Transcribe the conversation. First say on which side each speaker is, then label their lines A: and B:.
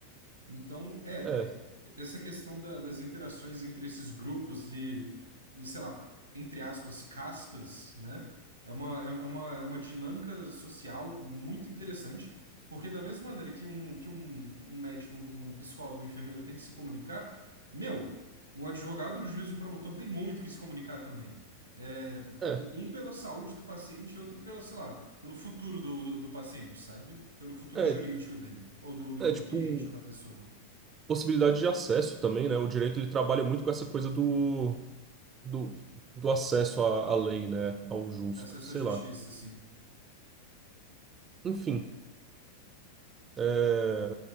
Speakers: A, on the right; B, on the right.
A: Então, é,
B: É,
A: é, essa questão da- das interações entre esses grupos e, e, sei lá, entre aspas, castas, né? É uma, é, é uma, é uma dinâmica social muito interessante, porque da mesma maneira que um, que um, um médico, um, um psicólogo, um enfermeiro tem que se comunicar, meu, um advogado, um juiz, um promotor tem muito que se comunicar também. É, um
B: é,
A: um pela saúde do paciente, outro pela, sei lá, pelo futuro do, do, do paciente, sabe? Pelo futuro
B: é,
A: jurídico dele, ou do, do,
B: é
A: do
B: tipo
A: cliente ou da pessoa.
B: possibilidade de acesso também, né? O direito ele trabalha muito com essa coisa do, do, do acesso à, à lei, né? Ao justo,
A: Acesso
B: sei
A: à justiça,
B: lá.
A: assim.
B: Enfim. É,